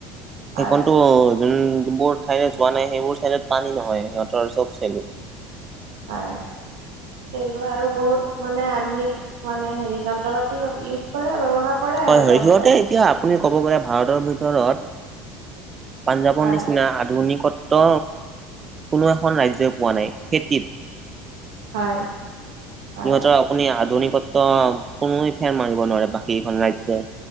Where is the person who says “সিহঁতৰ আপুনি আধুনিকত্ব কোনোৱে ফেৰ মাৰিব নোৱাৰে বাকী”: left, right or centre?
Right